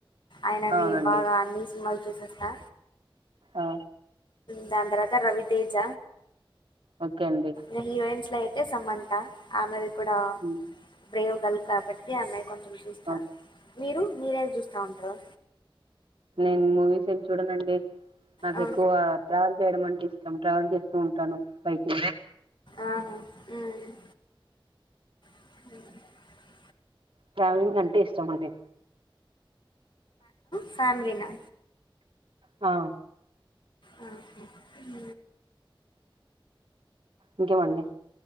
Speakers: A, on the left; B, on the right.
A: ఆయనవి
B: అవునండి
A: బాగా అన్ని సినిమాలు చూసేస్తా
B: ఆ
A: దాని తర్వాత రవితేజ
B: ఓకే అండి
A: ఇ హీరోయిన్స్ల సమంత ఆమెది కూడా
B: ఉమ్,
A: బ్రేవ్ గార్ల్ కాబట్ట్ ఇ అమ్మాయి కొంచెం చూస్తాను
B: ఓకే.
A: మీరు మీరేవి చూస్తా ఉంటారు
B: నేను మూవీస్ ఏం చూడంనండి నాకు
A: ఆ
B: ఎక్కువ ట్రావెల్ చేయడం అంటే ఇష్టాం ట్రావెల్ చేస్త ఉంటాను పైకి
A: ఆహా హ్మ్ హ <inaudible>
B: ట్రావెలింగ్ అంటే ఇష్టం అండి
A: ఫ్యామిలీ నా
B: హా
A: ఆహ హ్మ్మ్
B: ఇంకేం మండి